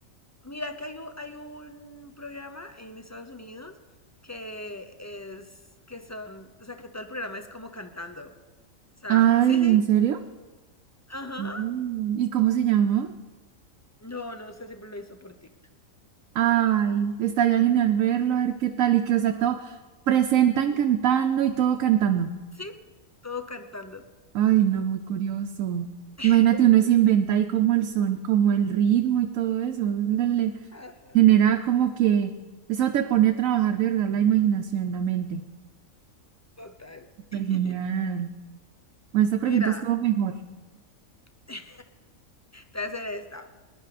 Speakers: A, on the left; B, on the right.
A: mira, que hay un, hay un programa en Estados Unidos que es, que son, o sea, que todo el programa es como cantando. O sea,
B: Ay,
A: sí, sí,
B: ¿en serio?
A: ajá.
B: Mm. ¿Y cómo se llama?
A: No, no sé, siempre lo hizo por TikTok.
B: Ay, estaría genial verlo, a ver qué tal y que, o sea, todo presentan cantando y todo cantando.
A: Sí, todo cantando.
B: Ay, no, muy curioso.
A: <laughs>
B: Imagínate, uno se inventa
A: Sí,
B: ahí como el son, como el ritmo y todo eso. Le, le
A: ajá,
B: genera como que eso te pone a trabajar de verdad la imaginación, la mente.
A: total.
B: Súper
A: <laughs>
B: genial. Bueno, esta
A: Mira,
B: pregunta estuvo mejor.
A: <laughs> te voy a hacer esta.